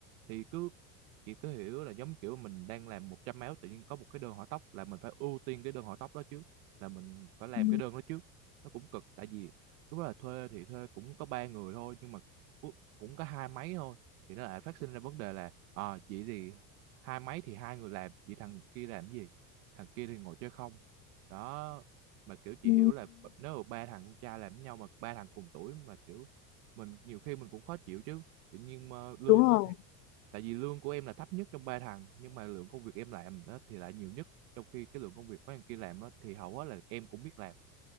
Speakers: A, on the right; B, on the left.
A: thì cứ chị cứ hiểu là giống kiểu mình đang làm 100 áo tự nhiên có một cái đơn hỏa tốc là mình phải ưu tiên cái đơn hỏa tốc đó trước là mình phải làm
B: Ừ.
A: cái đơn đó trước nó cũng cực tại vì lúc đó là thuê thì thuê cũng có ba người thôi nhưng mà cu- cũng có hai máy thôi thì nó lại phát sinh ra vấn đề là à, chị thì hai máy thì hai người làm chị thằng kia làm cái gì thằng kia thì ngồi chơi không đó mà kiểu chị
B: Ừ,
A: hiểu là b- nếu mà ba thằng con trai làm với nhau mà ba thằng cùng tuổi mà kiểu mình nhiều khi mình cũng khó chịu chứ tự nhiên mà lương
B: đúng rồi
A: á thì tại vì lương của em là thấp nhất trong ba thằng nhưng mà lượng công việc em làm đó thì lại nhiều nhất trong khi cái lượng công việc mấy thằng kia làm á thì hầu hết là em cũng biết làm